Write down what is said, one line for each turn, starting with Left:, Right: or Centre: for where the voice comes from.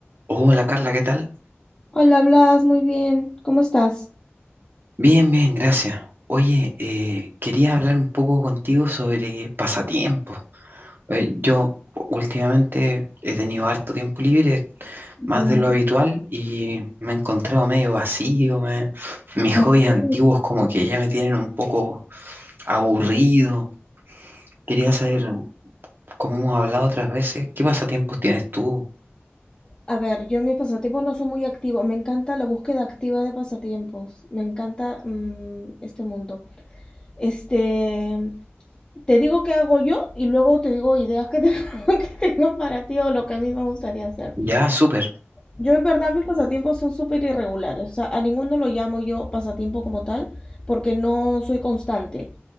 Right: Hola Carla, ¿qué tal?
Left: Hola, Blas, muy bien. ¿Cómo estás?
Right: Bien, bien, gracias. Oye, eh, quería hablar un poco contigo sobre pasatiempos. Eh, yo últimamente he tenido harto tiempo libre,
Left: Bien,
Right: más de lo habitual, y me he encontrado medio vacío. me- mis
Left: así.
Right: hobbies antiguos como que ya me tienen un poco aburrido. Quería saber, como hemos hablado otras veces, ¿qué pasatiempos tienes tú?
Left: A ver, yo en mis pasatiempos no soy muy activo. Me encanta la búsqueda activa de pasatiempos. Me encanta mm, este mundo. Este, te digo qué hago yo y luego te digo ideas que tengo, <laughs> que tengo para ti o lo que a mí me gustaría hacer.
Right: Ya, súper.
Left: Yo en verdad mis pasatiempos son súper irregulares. O sea, a ninguno lo llamo yo pasatiempo como tal porque no soy constante.